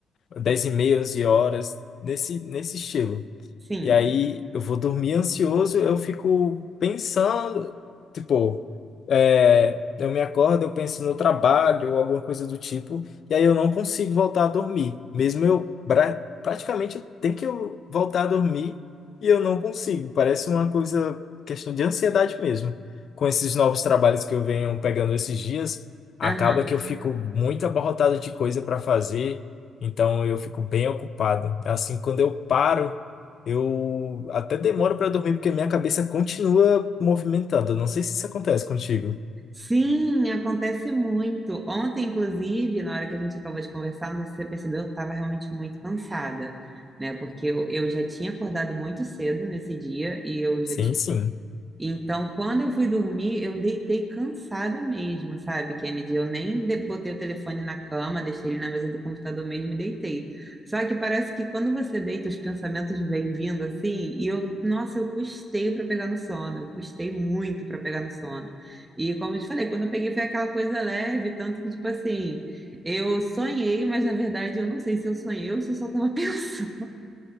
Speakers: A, on the left (about 60°); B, on the right (about 20°).
A: dez e meia, 11 horas, nesse, nesse estilo.
B: Sim.
A: E aí eu vou dormir ansioso, eu fico pensando, tipo, é, eu me acordo, eu penso no trabalho ou alguma coisa do tipo, e aí eu não consigo voltar a dormir. Mesmo eu bra- praticamente eu tenho que eu voltar a dormir e eu não consigo. Parece uma coisa, questão de ansiedade mesmo. Com esses novos trabalhos que eu venho pegando esses dias, acaba
B: Aham.
A: que eu fico muito abarrotado de coisa para fazer, então eu fico bem ocupado. É Assim, quando eu paro eu até demoro para dormir porque minha cabeça continua movimentada. Eu Não sei se isso acontece contigo.
B: Sim, acontece muito. Ontem, inclusive, na hora que a gente acabou de conversar, não sei se você percebeu, eu estava realmente muito cansada, né? Porque eu, eu já tinha acordado muito cedo nesse dia e eu já
A: Sim, sim.
B: Então, quando eu fui dormir, eu deitei cansada mesmo, sabe, Kennedy? Eu nem de- botei o telefone na cama, deixei ele na mesa do computador mesmo e deitei. Só que parece que quando você deita, os pensamentos vêm vindo assim, e eu, nossa, eu custei para pegar no sono, eu custei muito para pegar no sono. E como eu te falei, quando eu peguei foi aquela coisa leve, tanto que, tipo assim, eu sonhei, mas na verdade eu não sei se eu sonhei ou se eu só estava <laughs> pensando.